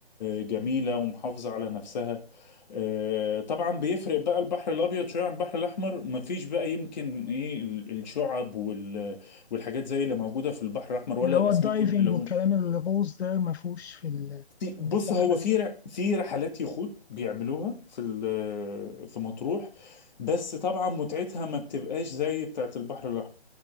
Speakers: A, on the left (about 45°); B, on the left (about 80°).
A: جميلة ومحافظة على نفسها آه، طبعا بيفرق بقى البحر الأبيض شوية عن البحر الأحمر مفيش بقى يمكن إيه ال- الشعب وال والحاجات زي اللي موجودة في البحر الأحمر ولا
B: اللي
A: الأسماك
B: هو الدايفنج
A: الملونة
B: والكلام الغوص ده ما فيهوش في
A: في- بص
B: البحر
A: هو في ر- في رحلات يخوت بيعملوها في ال- في مطروح بس طبعا متعتها ما بتبقاش زي بتاعت البحر الأحمر